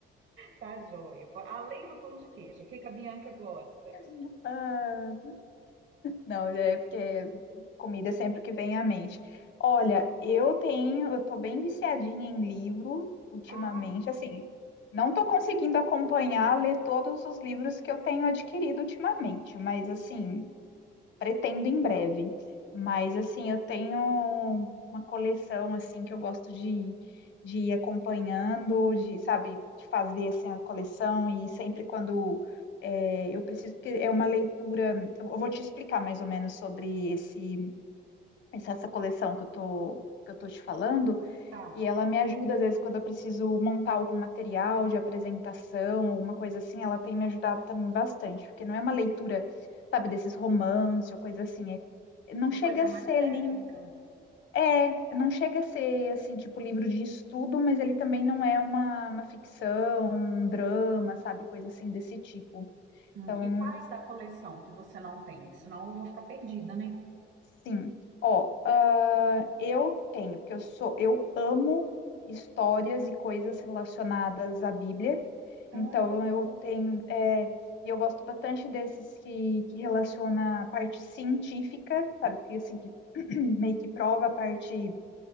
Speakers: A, on the right; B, on the left.
A: Tá joia. Pô, Além do pão de queijo, o que que a Bianca gosta?
B: <laughs> Ah, Não, é porque comida é sempre o que vem à mente. Olha, eu tenho, eu tô bem viciadinha em livro ultimamente,
A: Ah.
B: assim, não tô conseguindo acompanhar, ler todos os livros que eu tenho adquirido ultimamente, mas assim, Pretendo em breve. Mas assim, eu tenho uma coleção assim que eu gosto de, de ir acompanhando, de, sabe, de fazer assim, a coleção e sempre quando é, eu preciso, porque é uma leitura. Eu vou te explicar mais ou menos sobre esse, essa essa coleção que eu tô, que eu tô te falando,
A: Tá,
B: e ela me ajuda, às vezes, quando eu preciso montar algum material de apresentação, alguma coisa assim, ela tem me ajudado também bastante, porque não é uma leitura, sabe, desses romance ou coisa assim. é- não
A: é uma
B: chega
A: coisa
B: a
A: mais
B: ser
A: técnica.
B: livro. É, não chega a ser, assim, tipo livro de estudo, mas ele também não é uma, uma ficção, um drama, sabe, coisa assim desse tipo.
A: Hum,
B: Então,
A: E quais da coleção que você não tem? Senão eu vou ficar perdida, né?
B: Sim. Ó, ah, eu tenho, porque eu sou, eu amo histórias e coisas relacionadas à Bíblia.
A: Ah,
B: Então
A: que legal.
B: eu tenho, é, e eu gosto bastante desses que, que relaciona a parte científica, sabe? Que assim, que <clears throat> meio que prova a parte,